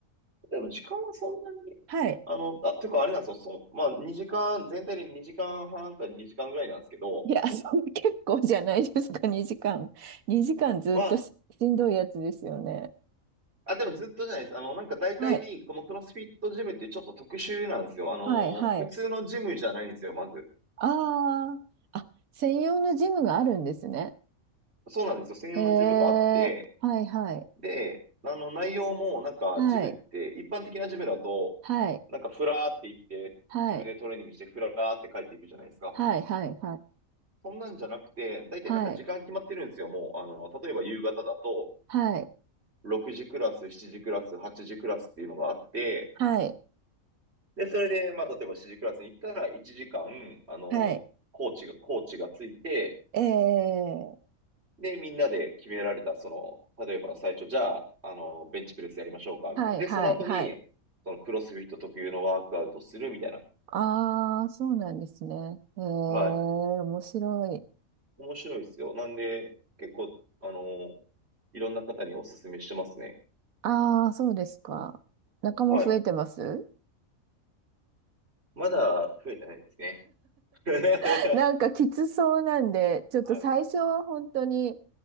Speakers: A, on the right; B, on the right.
A: でも時間はそんなに、
B: はい。
A: あの、あ、ていうかあれなんですよ。そう、まあ2時間、全体で2時間半か2時間ぐらいなんですけど、
B: いや、それ結構じゃないですか、2時間。2時間ずっとし、
A: まあ、
B: しんどいやつですよね。
A: あ、でもずっとじゃないです。あの、なんか大体、
B: はい、
A: このクロスフィットジムってちょっと特殊なんですよ。あの、
B: はい、はい。
A: 普通のジムじゃないんですよ、まず。
B: ああ、あ、専用のジムがあるんですね。
A: そうなんですよ。専用のジムがあって、
B: へえ、はいはい、
A: で、あの内容もなんかジムって一般的なジムだと
B: はい、はい、
A: なんかフラーって行って自分でトレーニングしてフラーって帰っていくじゃないですか。
B: はい、はい、はい、
A: そんなんじゃなくて、大体なんか時間決まってるんですよ。
B: はい、
A: もう、あの、例えば夕方だと
B: はい、はい、
A: 6時クラス、7時クラス、8時クラスっていうのがあって、
B: はい、
A: で、それで、まあ、例えば7時クラスに行ったら1時間、あの、
B: はい、
A: コーチが、コーチがついて、
B: ええ、
A: で、みんなで決められた、その、例えば最初、じゃあ、あの、ベンチプレスやりましょうか、みたいな。
B: はい、
A: で、
B: はい、
A: その後に、
B: はい。
A: そのクロスフィット特有のワークアウトするみたいな。
B: ああ、そうなんですね。ええ、
A: はい。
B: 面白い。
A: 面白いですよ。なんで、結構、あの、いろんな方にお勧めしてますね。
B: ああ、そうですか。仲間増えてます
A: はい。まだ増えてないですね。<laughs>
B: <laughs> なんかきつそうなんで、ちょっと最初は本当に、
A: はい。